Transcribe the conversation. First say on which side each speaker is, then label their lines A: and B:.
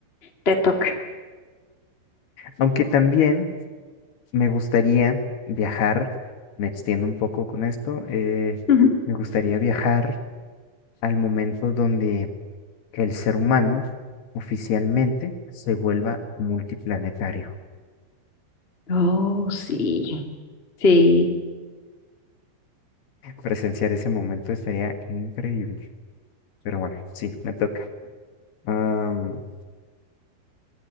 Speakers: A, on the left; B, on the left.
A: Te toca.
B: Aunque también me gustaría viajar, me extiendo un poco con esto, eh,
A: Ujú.
B: me gustaría viajar al momento donde el ser humano oficialmente se vuelva multiplanetario.
A: Oh, sí. Sí.
B: Presenciar ese momento sería increíble. Pero bueno, sí, me toca. Am,